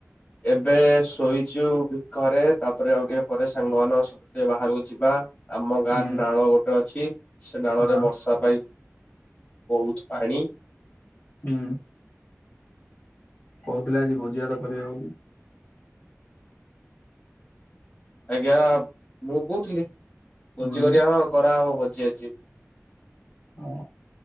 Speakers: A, on the left; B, on the left.
A: ଏବେ ଶୋଇଛୁ ଭିକରେ ତାପରେ ଆଉ ଟିକେ ପରେ ସାଙ୍ଗ ଟିକେ ବାହାରକୁ ଯିବା। ଆମ ଗାଁରେ
B: ହୁଁ
A: ନାଳ ଗୋଟେ ଅଛି ସେ ନାଳରେ
B: ହଁ
A: ବର୍ଷା ପାଇଁ ବହୁତ ପାଣି।
B: ହୁଁ। କହୁଥିଲେ ଆଜି ଭୋଜି ଭାତ କରିବେ ବୋଲି।
A: ଆଜ୍ଞା ମୁଁ କହୁଥିଲି ଭୋଜି
B: ହୁଁ
A: କରିବା ହଁ କରାହବ ଭୋଜି ଆଜି
B: ଆଉ